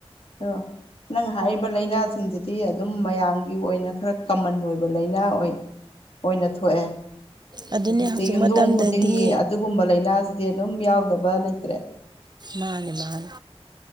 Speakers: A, on the left; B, on the right.
A: ꯍꯥꯏꯔꯑꯣ ꯅꯪ ꯍꯥꯏꯔꯤꯕ ꯂꯥꯏꯅꯥꯁꯤꯡꯁꯤꯗꯤ ꯑꯗꯨꯝ ꯃꯌꯥꯝꯒꯤ ꯑꯣꯏꯅ ꯈꯔ ꯀꯃꯟ ꯑꯣꯏꯕ ꯂꯥꯏꯅꯥ ꯑꯣꯏ ꯑꯣꯏꯅ ꯊꯣꯛꯑꯦ
B: ꯑꯗꯨꯅꯤ
A: ꯍꯧꯖꯤꯛꯁꯦ
B: ꯍꯧꯖꯤꯛ
A: ꯌꯨꯝꯗꯣꯡ
B: ꯃꯇꯝꯗꯗꯤ
A: ꯈꯨꯗꯤꯡꯒꯤ ꯑꯗꯨꯒꯨꯝꯕ ꯂꯩꯥꯏꯅꯥꯖꯤ ꯖꯦ ꯑꯗꯨꯝ ꯌꯥꯎꯗꯕ ꯂꯩꯇ꯭ꯔꯦ
B: ꯃꯥꯅꯦ ꯃꯥꯅꯦ